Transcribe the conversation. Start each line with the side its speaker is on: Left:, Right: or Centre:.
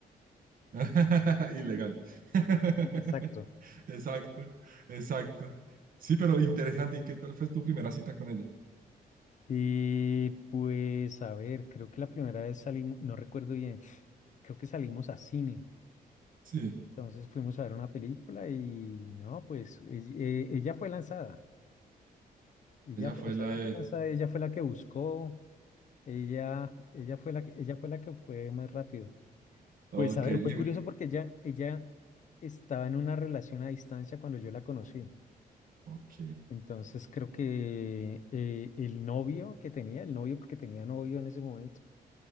Right: <laughs> ilegal, <laughs>
Left: Exacto.
Right: exacto, exacto, sí, pero interesante, ¿y qué tal fue tu primera cita con ella?
Left: Y pues, a ver, creo que la primera vez salimos, no recuerdo bien, creo que salimos a cine.
Right: Sí,
Left: Entonces fuimos a ver una película y no, pues es- eh, ella fue lanzada. Ella
Right: ella
Left: fue,
Right: fue
Left: o sea,
Right: la
Left: ella
Right: de,
Left: fue lanzada, ella fue la que buscó, ella, ella fue la que, ella fue la que fue más rápido.
Right: ok,
Left: Pues a ver,
Right: y-
Left: fue curioso porque ella, ella estaba en una relación a distancia cuando yo la conocí.
Right: ok,
Left: Entonces creo que eh, el novio que tenía, el novio porque tenía novio en ese momento,